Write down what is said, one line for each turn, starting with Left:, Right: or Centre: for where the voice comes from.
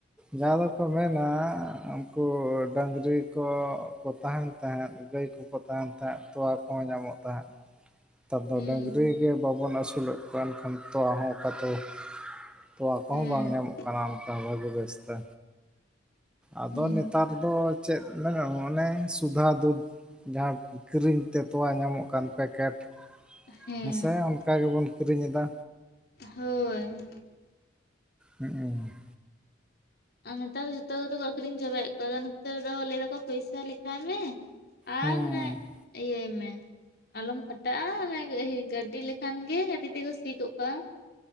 Centre: ᱡᱟᱦᱟᱸ ᱫᱚᱠᱚ ᱢᱮᱱᱟ ᱩᱱᱠᱩ ᱰᱟᱹᱝᱨᱤ ᱠᱚ ᱠᱚ ᱛᱟᱦᱮᱸᱱ ᱛᱟᱦᱮᱸᱫ ᱜᱟᱹᱭ ᱠᱚᱠᱚ ᱛᱟᱦᱮᱸᱱ ᱛᱟᱦᱮᱸᱫ ᱛᱚᱣᱟ ᱠᱚᱦᱚᱸ ᱧᱟᱢᱚᱜ ᱛᱟᱦᱮᱸᱫ᱾ ᱱᱮᱛᱟᱨ ᱫᱚ
Left: ᱦᱩᱸ
Centre: ᱰᱟᱹᱝᱨᱤ ᱜᱮ ᱵᱟᱵᱚᱱ ᱟᱹᱥᱩᱞᱮᱜ ᱠᱚᱣᱟ ᱮᱱᱠᱷᱟᱱ ᱛᱚᱣᱟ ᱦᱚᱸ ᱚᱠᱟ ᱪᱮ ᱛᱚᱣᱟ ᱟᱠᱚ
Left: ᱦᱮᱸ
Centre: ᱦᱚᱸ ᱵᱟᱝ ᱧᱟᱢᱚᱜ ᱠᱟᱱᱟ ᱚᱝᱠᱟ ᱵᱷᱟᱹᱜᱤ ᱵᱮᱥ ᱛᱮ᱾ ᱟᱫᱚ
Left: ᱦᱩᱸ
Centre: ᱱᱮᱛᱟᱨ ᱫᱚ ᱪᱮᱫ ᱢᱮᱱᱟ ᱚᱱᱮ ᱥᱩᱫᱷᱟ ᱫᱩᱫᱷ᱾ ᱡᱟᱦᱟᱸ ᱠᱤᱨᱤᱧ ᱛᱮ ᱛᱚᱣᱟ ᱧᱟᱢᱚᱜ ᱠᱟᱱ ᱯᱮᱠᱮᱴ
Left: ᱦᱮᱸ
Centre: ᱦᱮᱸᱥᱮ ᱚᱱᱠᱟ ᱜᱮᱵᱚᱱ ᱠᱤᱨᱤᱧ ᱮᱫᱟ᱾
Left: ᱦᱳᱭ,
Centre: ᱦᱮᱸᱜᱼᱮ᱾
Left: ᱟ ᱱᱮᱛᱟᱨ ᱫᱚ ᱡᱷᱚᱛᱚ ᱜᱮᱛᱚ ᱠᱚ ᱟᱹᱠᱷᱨᱤᱧ ᱪᱟᱵᱟᱭᱮᱫ ᱠᱚᱣᱟ ᱟᱫᱚ ᱱᱮᱛᱟᱨ ᱫᱚ ᱞᱟᱹᱭ ᱫᱟᱠᱚ ᱯᱚᱭᱥᱟ ᱞᱮᱠᱷᱟᱭ ᱢᱮ᱾ ᱟᱨ
Centre: ᱦᱮᱸ,
Left: ᱤᱭᱟᱹᱭ ᱢᱮ ᱟᱞᱚᱢ ᱠᱷᱟᱴᱟᱜᱼᱟ ᱚᱱᱟ ᱜᱟᱹᱰᱤ ᱞᱮᱠ ᱠᱷᱟᱱ ᱜᱮ ᱜᱟᱹᱰᱤ ᱛᱮᱠᱚ ᱥᱤ ᱜᱚᱜ ᱠᱟᱜᱼᱟ᱾